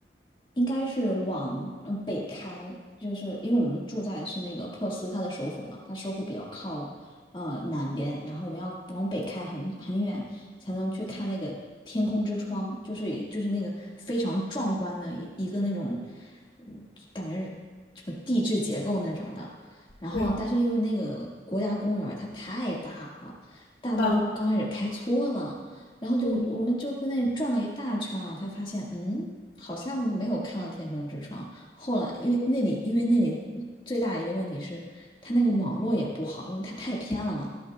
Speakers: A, on the left; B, on the left.
A: 应该是往呃北开，就是因为我们住在是那个珀斯，它的首府嘛，它首府比较靠呃南边，然后我们要往北开很很远才能去看那个天空之窗，就是就是那个非常壮观的一一个那种，嗯感觉是什么地质结构那种的。然后但是因为那个国家公园儿它太大了，
B: 对，
A: 大到就刚开始开错了，
B: 啊，
A: 然后就我们就在那里转了一大圈了，
B: 嗯，
A: 才发现嗯，好像没有看到天空之窗。后来因为那里因为那里最大的一个问题是它那个网络也不好，因为它太偏了嘛。